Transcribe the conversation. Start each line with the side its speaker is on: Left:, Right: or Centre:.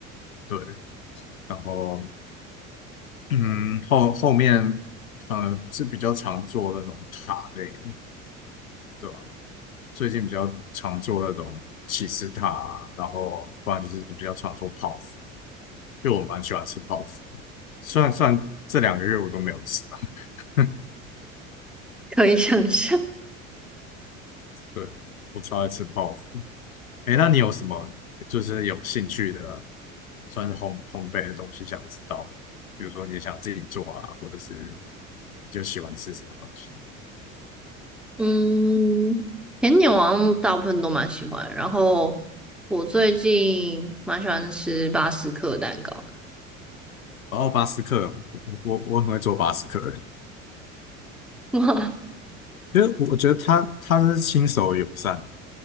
Left: 对，然后嗯后后面反而是比较常做那种塔类的对吧？最近比较常做那种起司塔啊然后不然就是比较常做泡芙，因为我蛮喜欢吃泡芙。虽然虽然这两个月我都没有吃啊，<laughs>
Centre: 可以想象，
Left: 对，我超爱吃泡芙。哎，那你有什么就是有兴趣的，算是烘烘焙的东西想知道？比如说你想自己做啊，或者是就喜欢吃什么东西？
Centre: 嗯，甜点我好像大部分都蛮喜欢，然后我最近蛮喜欢吃巴斯克蛋糕的
Left: 然后巴斯克，我我我我很会做巴斯克欸，
Centre: <laughs> 哇，
Left: 因为我觉得他他是亲手友善，